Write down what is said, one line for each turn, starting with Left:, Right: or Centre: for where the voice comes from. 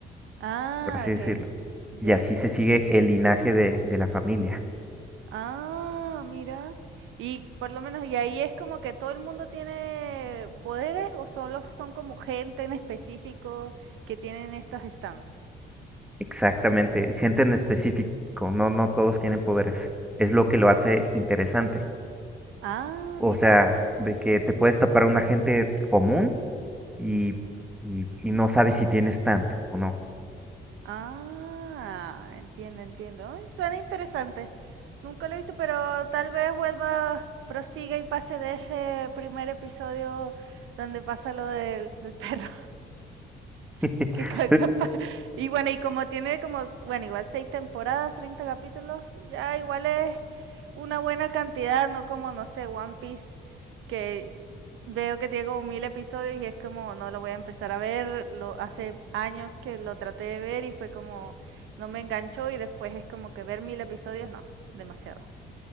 Right: Ah,
Centre: por así
Right: okey,
Centre: decirlo. Y
Right: ya.
Centre: así se sigue el linaje de, de la familia.
Right: Ah, mira. Y por lo menos, y ahí es como que todo el mundo tiene poderes o solo son como gente en específico que tienen estas stands.
Centre: Exactamente, gente en específico, no, no todos tienen poderes. Es lo que lo hace interesante.
Right: Ah,
Centre: O
Right: mira.
Centre: sea, de que te puedes tapar a una gente común y, y, y no sabes si tienes tanto o no.
Right: Ah, entiendo, entiendo. Ay, suena interesante. Nunca lo he visto, pero tal vez vuelva, prosiga y pase de ese primer episodio donde pasa lo del, del perro.
Centre: <laughs>
Right: Así que ca- capaz. Y bueno, y como tiene como, bueno, igual seis temporadas, 30 capítulos, ya igual es una buena cantidad, no como, no sé, One Piece, que veo que tiene como mil episodios y es como, no lo voy a empezar a ver, lo, hace años que lo traté de ver y fue como, no me enganchó y después es como que ver mil episodios, no, demasiado.